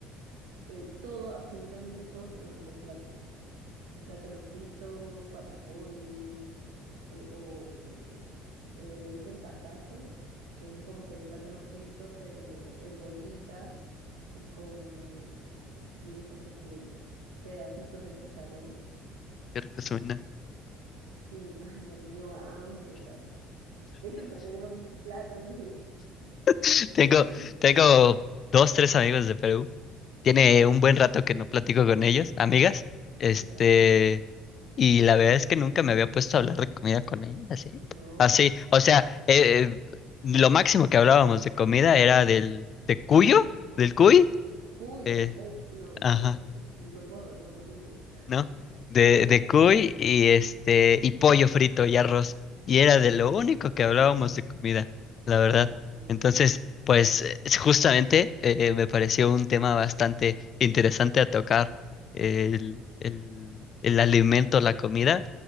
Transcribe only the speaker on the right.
eh, todo, absolutamente todo, te lo dan con plátano. Plátano frito, patacones, eh, o o, eh, le dicen tacacho, que es como que el plátano frito, pero en bolita y con... tiene como que pedacitos de chicharrón.
Sí, <laughs> ay, ya me dio hambre, Carlos. De <laughs> que me dio un plátano frito.
<laughs>
¿Ya?
¿Ya?
No.
Cuy,
es- no, no,
no, no, ni lo puedo, no, no, a mí no me gusta.
<laughs> No,
no, no.